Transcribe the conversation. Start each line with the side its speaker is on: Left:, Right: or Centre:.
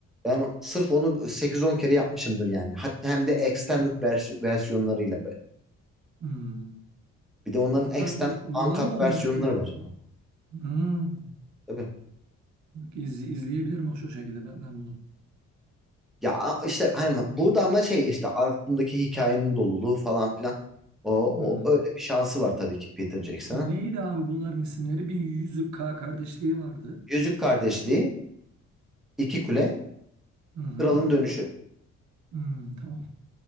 Centre: Ben sırf onu sekiz on kere yapmışımdır yani. Hatta hem de extended
Right: Öyle mi?
Centre: vers- versiyonlarıyla böyle.
Right: Hı.
Centre: Bir de onların
Right: Var
Centre: extended
Right: var
Centre: uncut
Right: var mı onun
Centre: versiyonları
Right: böyle?
Centre: var.
Right: bir-
Centre: Hı.
Right: Hı.
Centre: Tabii.
Right: İz, izleyebilirim o şu şekilde ben, ben bunu.
Centre: Ya işte hani burada ama şey işte aklındaki hikayenin doluluğu falan filan. O,
Right: Hı.
Centre: o öyle bir şansı var tabii ki Peter Jackson'ın.
Right: Neydi abi bunların isimleri? Bir Yüzük K kardeşliği vardı.
Centre: Yüzük Kardeşliği, İki Kule,
Right: Hı hı.
Centre: Kralın Dönüşü.
Right: Hı, tamam.